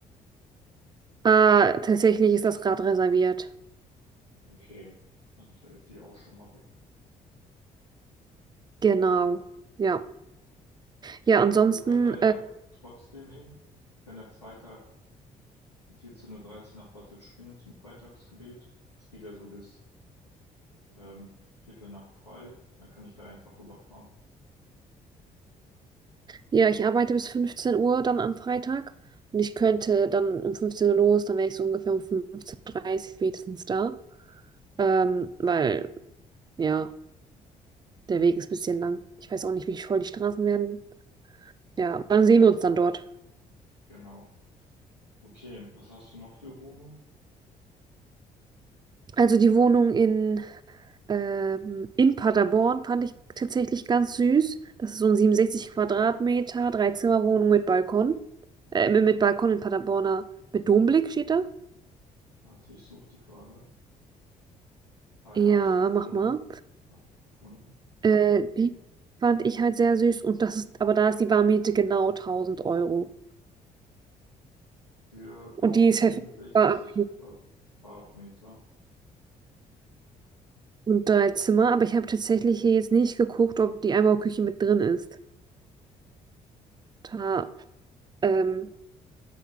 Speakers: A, on the right; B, on the left.
A: Ah, tatsächlich ist das gerade reserviert.
B: Okay, dann fällt die auch schon mal weg.
A: Genau. Ja. Ja,
B: Ja, aber
A: ansonsten,
B: wir können da ja
A: äh,
B: trotzdem hin. Wir können ja Freitag um 14.30 Uhr dreißig nach Bad Lippspringe zum Freitagsgebet. Es geht ja so bis ähm, Viertel nach drei. Dann kann ich da einfach rüberfahren.
A: ja, ich arbeite bis 15 Uhr dann am Freitag. Und ich könnte dann um 15 Uhr los, dann wäre ich so ungefähr um 15.30 Uhr dreißig spätestens da. Ähm, weil, ja, der Weg ist ein bisschen lang. Ich weiß auch nicht, wie voll die Straßen werden Ja, dann sehen
B: Ja,
A: wir
B: aber
A: uns
B: da-
A: dann dort.
B: genau. Okay, was hast du noch für Wohnungen?
A: Also die Wohnung in, ähm, in Paderborn fand ich tatsächlich ganz süß. Das ist so ein 67 Quadratmeter, Dreizimmerwohnung mit Balkon. Äh, mit mit Balkon in Paderborner, mit Domblick steht da.
B: Warte, ich suche die gerade. Ah
A: Ja,
B: ja, habe ich gefunden.
A: mach mal.
B: Habe ich gefunden.
A: Äh, die fand ich halt sehr süß und das ist, aber da ist die Warmmiete genau 1000 Euro.
B: für
A: Und
B: auch
A: die
B: 67
A: ist verfügbar
B: Quadratmeter.
A: und drei Zimmer, aber ich habe tatsächlich hier jetzt nicht geguckt, ob die Einbauküche mit drin ist. Da, ähm,